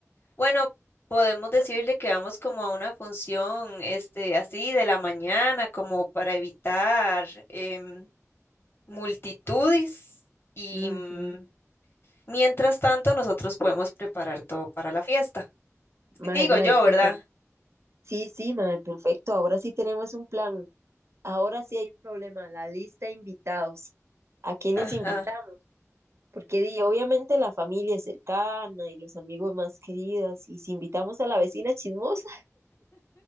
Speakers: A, on the left (about 45°); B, on the right (about 55°).
A: Bueno, podemos decirle que vamos como a una función, este, así de la mañana, como para evitar em, multitudes y
B: Ujú.
A: mm, mientras tanto nosotros podemos preparar todo para la fiesta.
B: Mae,
A: Digo
B: mae,
A: yo,
B: sí,
A: ¿verdad?
B: per- sí, sí, mae, perfecto. Ahora sí tenemos un plan. Ahora sí hay un problema, la lista de invitados. ¿A quiénes
A: Ajá.
B: invitamos? Porque di, obviamente la familia es cercana y los amigos más queridos. Y si invitamos a la vecina chismosa,